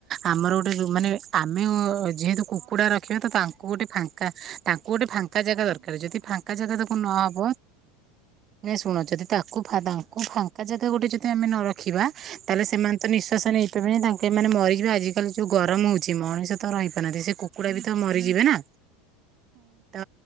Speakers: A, on the right; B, on the right.
A: ଆମର ଗୋଟେ ରୁମ୍ ମାନେ ଆମେ ଯେହେତୁ କୁକୁଡ଼ା
B: ହଁ
A: ରଖିବା ତ ତାଙ୍କୁ ଗୋଟେ ଫାଙ୍କା ତାଙ୍କୁ ଗୋଟେ ଫାଙ୍କା
B: ହଁ
A: ଜାଗା ଦରକାର
B: ଦେଇପାରିବି
A: ଯଦି ଫାଙ୍କା ଜାଗା ଦ ନ ହବ ନାଇଁ ଶୁଣ ଯଦି ତାକୁ ତାଙ୍କୁ ଫାଙ୍କା ଜାଗା ଗୋଟେ ଯଦି ଆମେ ନ ରଖିବା ତାହେଲେ
B: ହଁ
A: ସେମାନେ ତ ନିଶ୍ଵାସ ନେଇ ବେନି ତାଙ୍କେ ଏମାନେ ମରିଯିବେ ଆଜିକାଲି ଯୋଉ ଗରମ ହୋଉଚି ମଣିଷ ତ ରହିପାରୁନାହାନ୍ତି। ସେ କୁକୁଡା ବି ତ ମରିଯିବେ ନା।
B: ହୁଁ
A: ତ